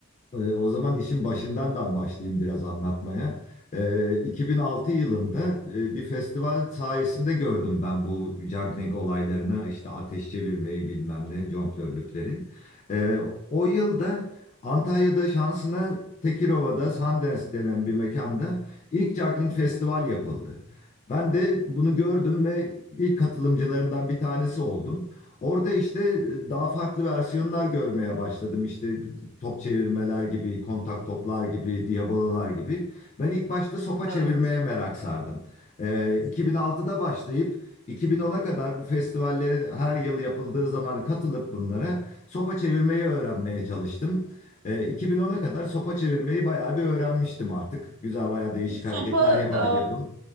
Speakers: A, on the left (about 35°); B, on the right (about 80°).
A: Ee, O zaman işin başından ben başlayayım biraz anlatmaya. Ee, 2006 yılında e, bir festival sayesinde gördüm ben bu juggling olaylarını, işte ateş çevirmeyi bilmem ne, jonglörlükleri. Ee, o yılda Antalya'da şansına Tekirova'da Sundance denen bir mekanda ilk juggling festival yapıldı. Ben de bunu gördüm ve ilk katılımcılarından bir tanesi oldum. Orada işte e, daha farklı versiyonlar görmeye başladım. İşte top çevirmeler gibi, kontak toplar gibi, diabolalar gibi. Ben ilk başta sopa çevirmeye
B: Evet.
A: merak sardım. Ee, 2006'da başlayıp 2010'a kadar bu festivallere her yıl yapıldığı zaman katılıp bunlara sopa çevirmeyi öğrenmeye çalıştım. Ee, 2010'a kadar sopa çevirmeyi bayağı bir öğrenmiştim artık. Güzel bayağı değişik
B: Bu sopa
A: hareketler yapabiliyordum.
B: e,